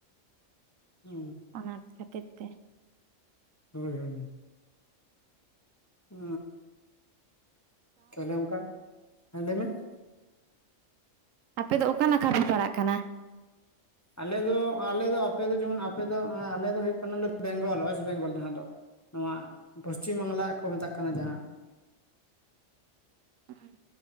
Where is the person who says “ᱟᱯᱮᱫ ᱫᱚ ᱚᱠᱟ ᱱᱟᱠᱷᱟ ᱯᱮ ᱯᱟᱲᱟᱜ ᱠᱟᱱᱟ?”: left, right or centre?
Right